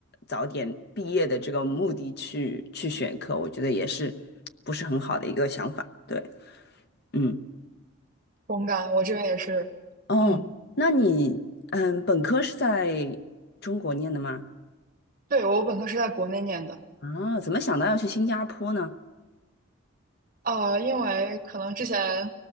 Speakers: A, on the left; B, on the right.
A: 早点毕业的这个目的去去选课，我觉得也是不是很好的一个想法。对，嗯。
B: 同干，我这边也是，
A: 哦，
B: 嗯，
A: 那你嗯，本科是在中国念的吗？
B: 对，我本科是在国内念的，
A: 啊，怎么想到要去新加坡呢？
B: 呃，因为可能之前，